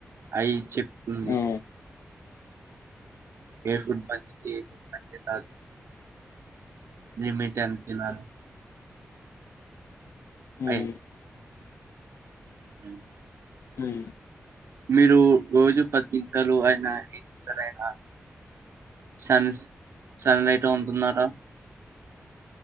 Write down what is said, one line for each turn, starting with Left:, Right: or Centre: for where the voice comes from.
Right: అయి చెప్ ఉయ్
Left: ఆ
Right: ఏ ఫుడ్ మంచిది ఏ ఫుడ్ మంచిది కాదు లిమిట్ ఎంత తినాలి
Left: ఉమ్
Right: అయి హిం
Left: హ్మ్మ్
Right: మీరు రోజు పది నిమిషాలు అయినా ఐదు నిమిషాలు అయినా సన్ సన్లైట్ ఉంటున్నారా